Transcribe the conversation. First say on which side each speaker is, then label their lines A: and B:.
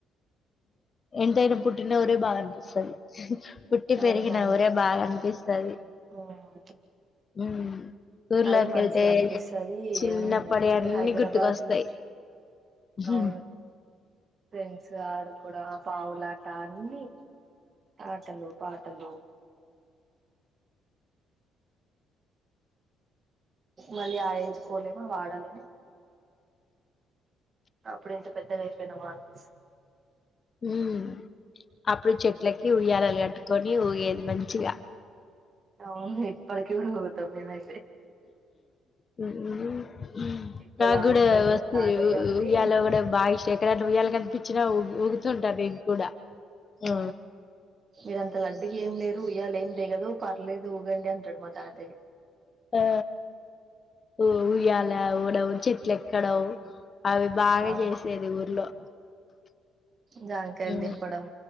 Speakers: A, on the left; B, on the right.
A: ఎంతైనా పుట్టిన ఊరే బాగా అనిపిస్తది పుట్టి పెరిగిన
B: అవునవును
A: ఊరే బాగా అనిపిస్తది
B: మ్మ్
A: మ్మ్ ఊర్లోకి
B: అదే మంచిగా
A: వెళ్తే
B: అనిపిస్తది
A: చిన్నప్పటి
B: మ్మ్
A: అన్నీ
B: ఈ హైదరాబాద్
A: గుర్తుకొస్తాయి
B: లో
A: హ్మ్
B: అవును ఫ్రెండ్స్ ఆడుకొడం పావులాట అన్నీ ఆటలు పాటలు మళ్ళీ ఆ ఏజుకోలేము అవి ఆడలేము అప్పుడే ఇంత పెద్దగా అయిపోయినామా అనిపిస్తది
A: మ్మ్ అప్పుడు చెట్లకి ఉయ్యాలలు కట్టుకొని ఊయేది మంచిగా
B: అవును ఇప్పడికి గూడ ఊగతం మేమై
A: హ్మ్
B: ఎక్కువ
A: నాగూడ
B: లావుంటాను
A: వస్తే
B: తాతయ్య
A: ఉ
B: ఉండి
A: ఉయ్యాల గూడా బాగిష్ట అట్ల ఉయ్యాల కని వచ్చినా ఊ ఊగుతుంటా నేను కూడా ఆ
B: ఊ ఈడంత లడ్డు ఏం లేదు ఉయ్యాల ఏం అదేగదు పర్లేదు ఊగండి అంటడు మా తాతయ్య
A: ఆ ఓ ఉయ్యాల ఊడ చెట్లెక్కడం అవి బాగా
B: ఆ
A: చేసేది ఊర్లో
B: జాంకాయలు
A: ఉమ్,
B: దింపడం